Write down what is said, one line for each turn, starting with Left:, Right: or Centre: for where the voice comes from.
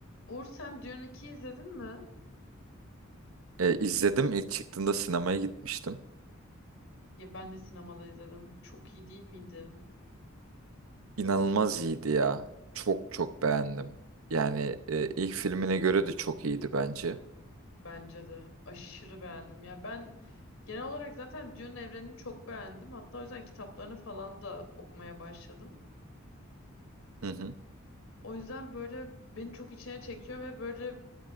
Left: Uğur sen Dune 2'yi izledin mi?
Right: E, izledim ilk çıktığında sinemaya gitmiştim.
Left: Ya ben de sinemada izledim. Çok iyi değil miydi?
Right: İnanılmaz iyiydi ya. Çok çok beğendim. Yani e, ilk filmine göre de çok iyiydi bence.
Left: Bence de. Aşırı beğendim. Ya ben genel olarak zaten Dune evrenini çok beğendim. Hatta o yüzden kitaplarını falan da okumaya başladım.
Right: Hı hı.
Left: O yüzden böyle beni çok içine çekiyor ve böyle